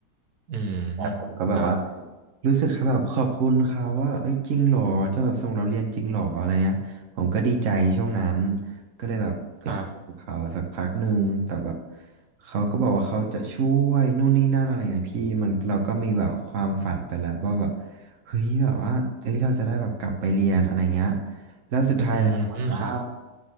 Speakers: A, on the right; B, on the right.
A: อืม
B: แต่ผมก็แบบว่า
A: ครับ
B: รู้สึกแค่แบบขอบคุณเขาว่าเอ้ยจริงเหรอจะแบบส่งเราเรียนจริงเหรออะไรเงี้ยผมก็ดีใจช่วงนั้นก็เลยแบบไปคุยกับเขาสักพักหนึ่งแต่แบบ
A: ครับ
B: เขาก็บอกว่าเขาจะช่วยนู่นนี่นั่นอะไรเงี้ยพี่มันเราก็มีแบบความฝันไปแล้วว่าแบบเฮ้ยแบบว่าเอ้ยเราจะได้แบบกลับไปเรียนอะไรเงี้ยแล้วสุดท้ายแล้วเหมือนว่า
A: อืมครับ